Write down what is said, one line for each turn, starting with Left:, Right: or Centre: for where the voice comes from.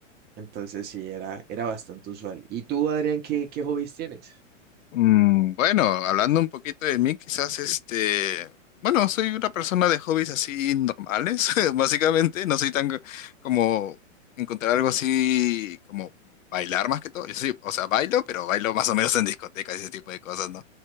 Right: entonces sí era, era bastante usual. ¿Y tú, Adrián, qué, qué hobbies tienes?
Left: Mm, bueno, hablando un poquito de mí, quizás este, bueno, soy una persona de hobbies así normales, <laughs> básicamente, no soy tan co- como encontrar algo así como bailar más que todo. Yo soy, o sea, bailo, pero bailo más o menos en discotecas y ese tipo de cosas, ¿no?